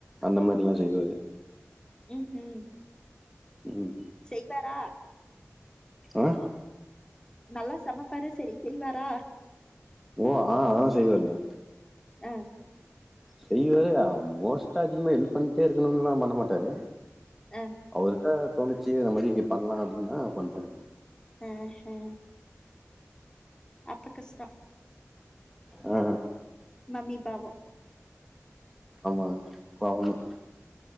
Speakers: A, in the centre; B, on the left (about 15°).
A: அந்த மாரில்லா செய்வாரு
B: ம் ம்
A: ம்
B: செய்வாரா
A: ஆ
B: நல்லா சமைப்பாரு செரி செய்வாரா
A: ஓ ஆ அதெல்லா செய்வாருங்க
B: ஆ
A: செய்வாரு மோஸ்ட்டா அதிகமா ஹெல்ப் பண்ணிட்டே இருக்கனுன்லா பண்ண மாட்டாரு
B: ஆ
A: அவருக்கா தோணிச்சி இந்த மாரி பண்லா அப்டின்னா பண்வாரு
B: ம் ம் அப்ப கஷ்டோ
A: ஆ
B: மம்மீ பாவோ
A: ஆமாங்க பாவோந்தா